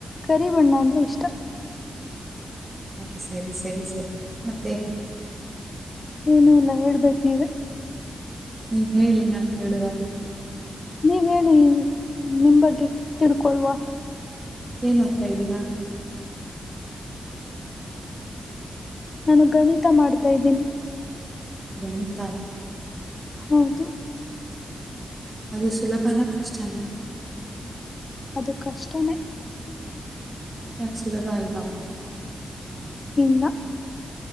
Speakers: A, on the left; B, on the right.
A: ಕರಿ ಬಣ್ಣ ಅಂದರೆ ಇಷ್ಟ.
B: ಹ್ಮ್ ಸರಿ ಸರಿ ಸರಿ ಮತ್ತೆ.
A: ಏನುಲ್ಲಾ ಹೇಳ್ಬೇಕ್ ನೀವೆ.
B: ಹ್ಮ್ ಹೇಳಿ ನಾವ್ ಕೇಳುವ.
A: ನೀವ್ ಹೇಳಿ ನಿಮ್ ಬಗ್ಗೆ ತಿಳ್ಕೊಳುವ.
B: ಏನ್ ಓದ್ತ ಇದ್ದೀರಾ.
A: ನಾನು ಗಣಿತ ಮಾಡ್ತಾ ಇದ್ದೀನಿ.
B: ಗಣಿತ.
A: ಹೌದು.
B: ಅದು ಸುಲಭಾನ ಕಷ್ಟನ.
A: ಅದು ಕಷ್ಟನೇ.
B: ಯಾಕ್ ಸುಲಭ ಅಲ್ವಾ.
A: ಇಲ್ಲ.